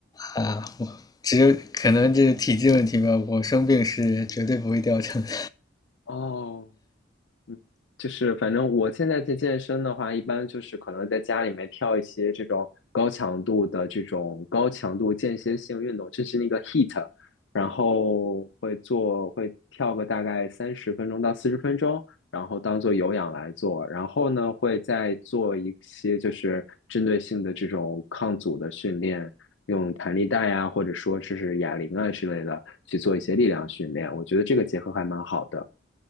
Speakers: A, on the left; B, on the left.
A: 啊。我只有可能这是体质问题吧，我生病是绝对不会掉秤的。
B: <laughs> 哦。嗯就是反正我现在在健身的话，一般就是可能在家里面跳一些这种高强度的这种高强度间歇性运动，就是那个 h e a t 然后会做会跳个大概三十分钟到四十分钟，然后当做有氧来做，然后呢会再做一些就是针对性的这种抗阻的训练，用弹力带啊，或者说是哑铃啊之类的去做一些力量训练，我觉得这个结合还蛮好的。